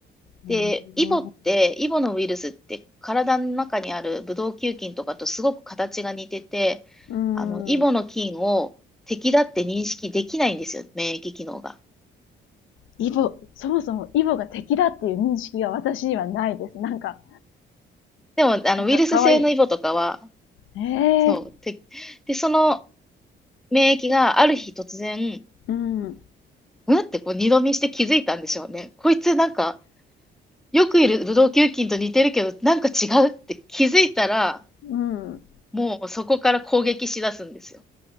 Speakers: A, on the left; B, in the centre.
A: うーん
B: で、イボって、イボのウイルスって体の中にあるブドウ球菌とかとすごく形が似てて、
A: うん。
B: あの、イボの菌を敵だって認識できないんですよ、免疫機能が。
A: イボ、そもそもイボが敵だっていう認識が私にはないです。なんか、
B: でも、あの、
A: なんか可愛い。
B: ウイルス性のイボとかは、
A: ええ
B: そう、てで、その免疫がある日突然、
A: うん、
B: んんってこう二度見して気づいたんでしょうね。こいつなんか、よくいるブドウ球菌と似てるけど、なんか違うって気づいたら、
A: うん。
B: もうそこから攻撃しだすんですよ。